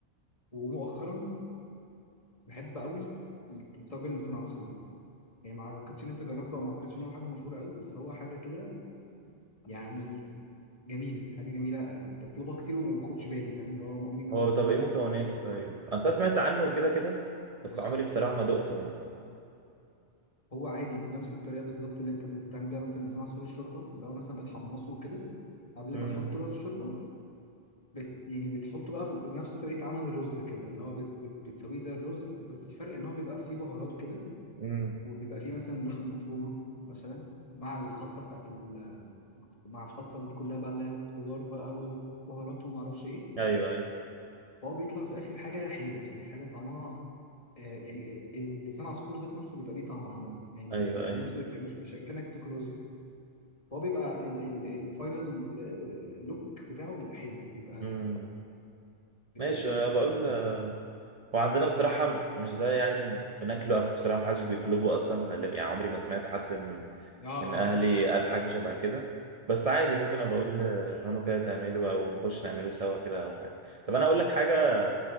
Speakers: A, on the left; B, on the right.
A: ومؤخرا بحب قوي الطاجن لسان عصفور يعني ما اعتقدش ان انت جربته او ما اعتقدش ان هو حاجه مشهوره قوي بس هو حاجه كده يعني جميله حاجه جميله بطلبها كتير وما باخدش بالي فاهم اللي هو أما امي مثلا
B: هو
A: تقول
B: طب
A: لي
B: ايه مكوناته
A: تاكلوا ايه بكره
B: طيب اصل انا سمعت عنه كده كده
A: بص
B: بس عمري بصراحه ما
A: مم.
B: دقته يعني
A: هو عادي بنفس الطريقه بالظبط اللي انت بتعمل بيها مثلا لسان عصفور الشوربه اللي هو مثلا بتحمصه كده قبل
B: امم
A: ما تحطه بقى في الشوربه بت يعني بتحطه بقى بنفس طريقة عمل الرز كده اللي هو بت بت بتسويه زي الرز بس الفرق ان هو بيبقى فيه بهارات كده
B: امم
A: وبيبقى فيه مثلا لحم مفرومة مثلا مع الخلطة بتاعت ال مع الخلطة دي كلها بقى اللي هي الخضار بقى والبهارات وما اعرفش ايه
B: ايوه ايوه
A: فهو بيطلع في الاخر حاجة حلوة يعني حاجة طعمها آه يعني لسان عصفور ذات نفسه بيبقى ليه طعم عامة يعني
B: ايوه
A: مش بيبقى
B: ايوه
A: نفس مش مش كأنك بتاكل رز هو بيبقى ال- ال- الفاينل لوك بتاعه بيبقى حلو بيبقى
B: امم
A: بيبقى
B: ماشي
A: لذيذ
B: انا بقول
A: يعني
B: وعندنا بصراحة مش ده يعني بناكله أو بصراحة محدش بيطلبه أصلا غالبا يعني عمري ما سمعت حد من
A: اه
B: من أهلي قال حاجة شبه كده بس عادي ممكن أبقى أقول لماما كده تعمله أو نخش نعمله سوا كده أو حاجة طب أنا أقول لك حاجة